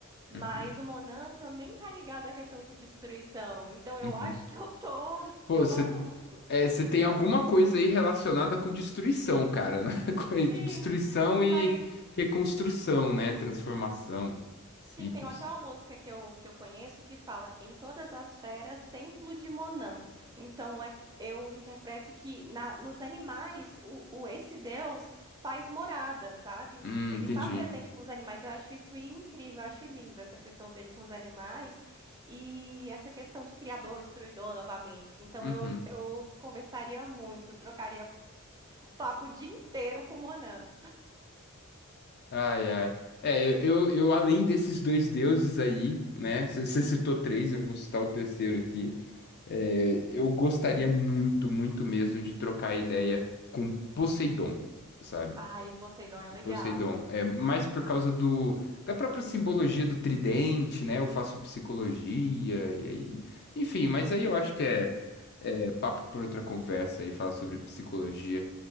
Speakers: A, on the right; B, on the left.
A: Mas
B: Uhum,
A: o Monan também tá ligado à questão de destruição. Então eu
B: uhum.
A: acho que eu tô,
B: Pô,
A: que
B: você
A: eu gosto muito.
B: é, você tem alguma coisa aí relacionada com destruição, cara, né? <laughs> Com
A: Sim,
B: Destruição
A: mas
B: e reconstrução, né? Transformação, ciclos.
A: Sim, tem até uma música que eu, que eu conheço que fala Em todas as feras, templo de Monan. Então, é, eu interpreto que na, nos animais, o, o esse Deus faz morada, sabe?
B: Hum,
A: Ele
B: entendi.
A: tá presente com os animais. Eu acho isso incrível, eu acho linda essa questão dele com os animais e essa questão de criador, destruidor novamente. Então,
B: Uhum.
A: eu, eu conversaria muito, trocaria o papo o dia inteiro com Monan.
B: Ai, ai. É, eu, eu, eu, além desses dois deuses aí, né? Você você citou três, eu vou citar o terceiro aqui. É, eu gostaria muito, muito mesmo de trocar ideia com Poseidon, sabe?
A: Ai, Poseidon é legal.
B: Poseidon. É, mais por causa do, da própria simbologia do tridente, né? Eu faço psicologia, e aí. Enfim, mas aí eu acho que é, é papo por outra conversa e falar sobre psicologia.